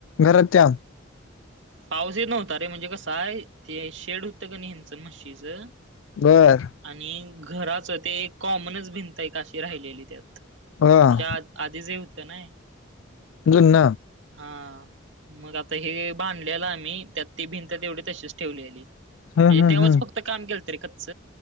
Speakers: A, on the left; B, on the right.
A: घरात त्या.
B: पाउस येत नव्हता रे म्हणजे कसं आहे ते शेड होतं क न हेंचा म्हशीचा
A: बर
B: आणि घराच ते एक कॉमनच भिंत आहे का अशी राहिलेली त्या. त
A: हा
B: ज्यात आदी जे होतं नाय
A: जुन्न
B: हा मग आता हे बांधलेलं आम्ही त्यात ती भिंत तेवढी तशीच ठेवलेली. तेव्हाच
A: हम्म हम्म हम्म
B: फक्त काम केलतं रे कच्च